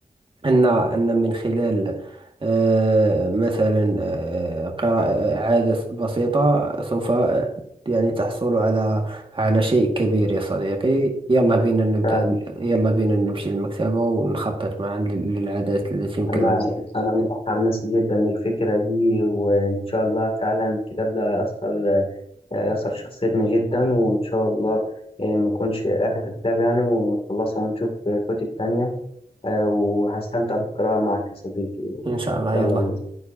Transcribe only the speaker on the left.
فعلا
أنا
أنا متحمس جدا للفكرة دي وإن شاء الله فعلا الكتاب ده أثر أثر شخصيتنا جدا وإن شاء الله آه، ما يكونش آخر كتاب يعني ونخلصه ونشوف كتب تانية آه، وهستمتع بالقراءة معك يا صديقي
يلا
بينا.